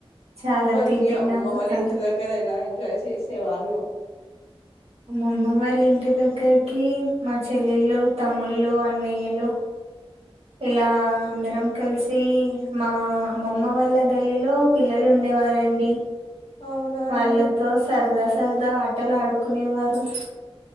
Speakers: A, on the right; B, on the left.
A: చాలా
B: మరి
A: తీపి
B: మీ అమ్మమ్మ
A: జ్ఞాపకాలు
B: వాళ్ళ ఇంటి దగ్గర ఎలా ఎన్ చేసే వాళ్ళు
A: మా అమ్మమ్మ వాళ్ళ ఇంటి దగ్గరకి మా చెల్లెళ్ళు తమ్ముళ్ళు అన్నయ్యలు ఇలా అందరం కలిసి మా అమ్మమ్మ వాళ్ళ గల్లిలో పిల్లలు ఉండేవారండి
B: అవునా
A: వాళ్ళతో
B: అండి
A: సరదా సరదా ఆటలు ఆడుక్ కొనే వారం